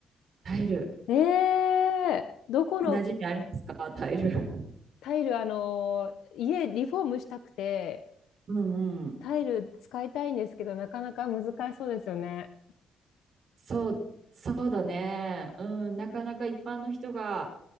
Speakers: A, on the right; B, on the left.
A: タイル。
B: ええどこの
A: 馴染みありますかタイル。
B: タイル、あのー家リフォームしたくて、
A: <laughs> うんうん。
B: タイル使いたいんですけど、なかなか難しそうですよね。
A: そう、そうだね。うん。なかなか一般の人が、